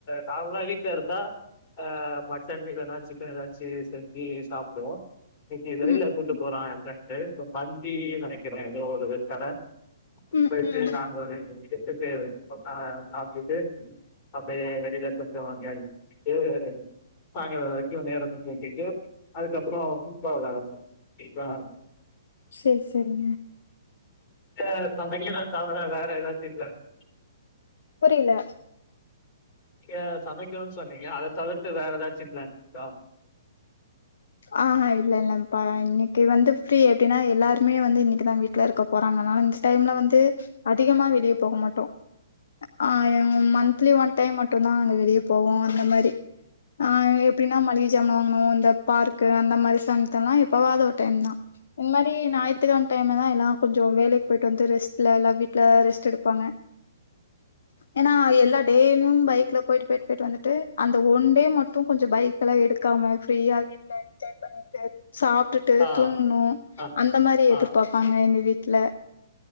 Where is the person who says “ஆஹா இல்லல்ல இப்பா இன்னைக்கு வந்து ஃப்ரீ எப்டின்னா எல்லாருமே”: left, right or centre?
Left